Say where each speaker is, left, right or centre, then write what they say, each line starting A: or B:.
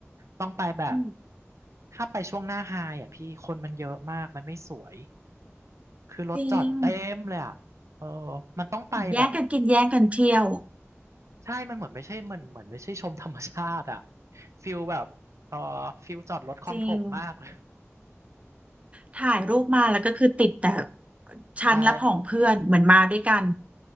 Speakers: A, on the right; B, on the right.
A: ต้องไปแบบ
B: อืม
A: ถ้าไปช่วงหน้าไฮอ่ะพี่คนมันเยอะมากมันไม่สวยคือรถจอดเต็มเลยอ่ะเออ
B: จริง
A: มันต้องไปแบบ
B: แย่งกันกินแย่งกันเที่ยว
A: ใช่มันเหมือนไม่ใช่มันเหมือนไม่ใช่ชมธรรมชาติอะฟิลแบบเออฟิลจอดรถคลองถมมากเลย
B: จริงถ่ายรูปมาแล้วก็คือติดแต่ชั้นและของเพื่อนเหมือนมาด้วยกัน
A: ใช่